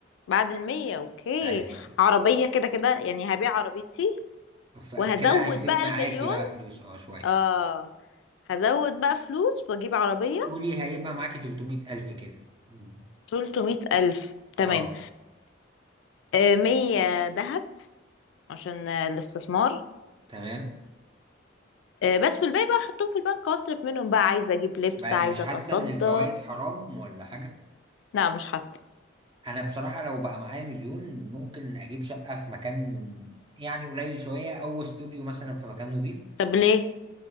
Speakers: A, on the left; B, on the right.
A: بعد المية اوكي
B: ايوه ايوه
A: عربية كده كده يعني هبيع عربيتي
B: ف-
A: وهزود
B: فكده هيفيد
A: بقى
B: معاكي
A: المليون
B: بقى فلوس اه شويه
A: اه هزود بقى فلوس واجيب عربية
B: قولي هيبقى معاكي 300 الف كده مم.
A: 300 ألف تمام
B: اه
A: آه، مية ذهب عشان آه، الاستثمار
B: تمام
A: آه، بس والباقي بقى احطهم في البنك اصرف منهم بقى عايزة اجيب لبس
B: بقى
A: عايزة
B: مش حاسه
A: اتصدى
B: ان الفوائد حرام ولا حاجه
A: لا مش حاسة
B: انا بصراحة لو بقى معايا مليون ممكن اجيب شقة في مكان يعني قليل شوية او استوديو مثلا في مكان نظيف
A: طب ليه